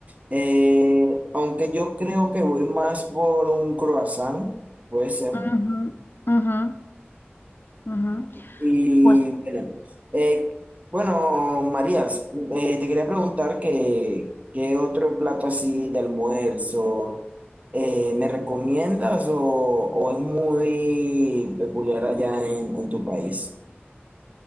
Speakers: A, on the right; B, on the left.
A: Eh, aunque yo creo que voy más por un croissant, puede ser.
B: Ujú, ujú, ujú.
A: Y
B: Pues
A: bueno, eh, bueno, Marías, eh, te quería preguntar que, qué otro plato así de almuerzo eh, me recomiendas o, o es muy peculiar allá en, en tu país.